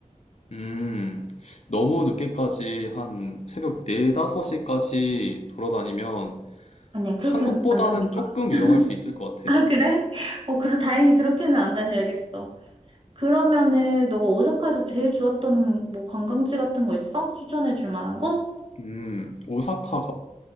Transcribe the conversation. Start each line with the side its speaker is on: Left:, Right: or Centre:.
Left: 음, 너무 늦게까지 한 새벽 4, 5시까지 돌아다니면
Right: 아니야, 그렇게는
Left: 한국보다는
Right: 안 다니까.
Left: 조금 위험할 수 있을 것
Right: <laughs>
Left: 같아.
Right: 아, 그래? 어, 그래, 다행히 그렇게는 안 다녀야겠어. 그러면은, 너가 오사카에서 제일 좋았던 뭐 관광지 같은 거 있어? 추천해 줄 만한 곳?
Left: 음, 오사카가